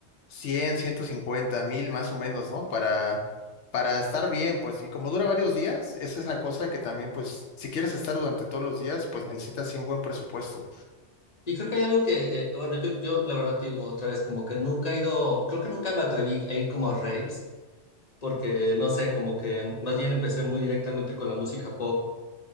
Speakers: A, on the left; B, on the left.
A: cien, ciento cincuenta, mil más o menos, ¿no? Para, para estar bien, pues y como dura varios días, esa es la cosa que también, pues si quieres estar durante todos los días, pues necesitas sí un buen presupuesto.
B: Y creo que hay algo que, eh, bueno, yo, yo la verdad te digo otra vez, como que nunca he ido, creo que nunca me atreví a ir como a raves, porque no sé, como que más bien empecé muy directamente con la música pop